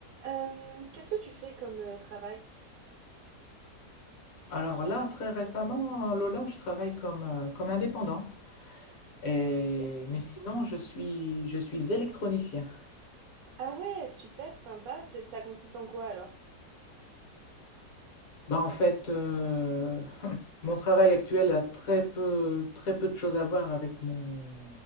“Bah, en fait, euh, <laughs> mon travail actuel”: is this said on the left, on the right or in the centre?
Left